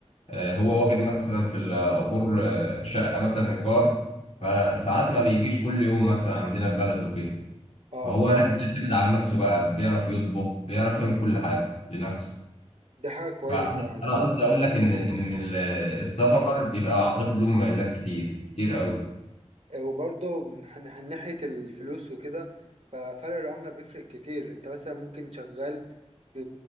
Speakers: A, on the left; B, on the right.
A: آه هو واخد مثلا في العبور آه، شقه مثلا ايجار فساعات ما بيجيش كل يوم مثلا عندنا البلد وكده
B: اه
A: فهو هناك بيعتمد على نفسه بقى بيعرف يطبخ بيعرف يعمل كل حاجة لنفسه
B: دي حاجة كويسة
A: فأنا
B: يعني
A: أنا قصدي أقول لك إن إن ال- السفر بيبقى أعتقد له مميزات كتير كتير قوي
B: وبرضه من ح- من ناحية الفلوس وكده ففرق العملة بيفرق كتير انت مثلا ممكن شغال في